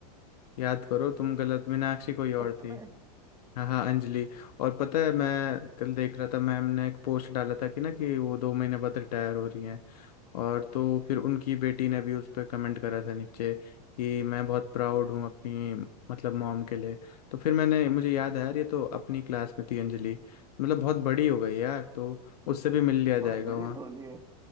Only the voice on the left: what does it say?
याद करो तुम गलत मीनाक्षी कोई और
थी
हाँ हाँ अंजलि और पता है मैं कल देख रहा था मैम ने एक पोस्ट डाला था कि ना कि वो दो महीने बाद रिटायर हो रही हैं और तो फिर उनकी बेटी ने भी उस पर कमेंट करा था नीचे कि मैं बहुत प्राउड हूँ अपनी मतलब मॉम के लिए तो फिर मैंने मुझे याद आया यार ये तो अपनी क्लास में थी अंजलि मतलब बहुत बड़ी हो गई यार तो उससे भी मिल लिया
जाएगा
वहाँ